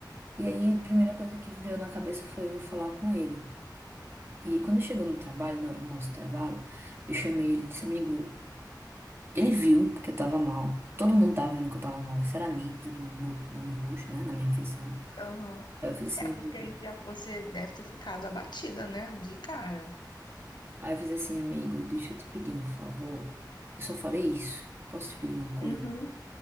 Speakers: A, on the right; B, on the left.
A: E aí a primeira coisa que veio na cabeça foi eu vou falar com ele. E aí, quando chegou no trabalho, na hora do nosso intervalo, eu chamei ele e disse, amigo, Ele viu que eu tava mal. Todo mundo tava vendo que eu tava mal. Isso era nítido no meu, no meu rosto, né? Na minha feição.
B: Aham.
A: Aí eu fiz assim,
B: É porque
A: amigo.
B: a gente já, você deve ter ficado abatida, né, de cara.
A: Aí eu fiz assim, amigo, deixa eu te pedir um favor. Eu só falei isso. Posso te pedir uma coisa?
B: Uhum.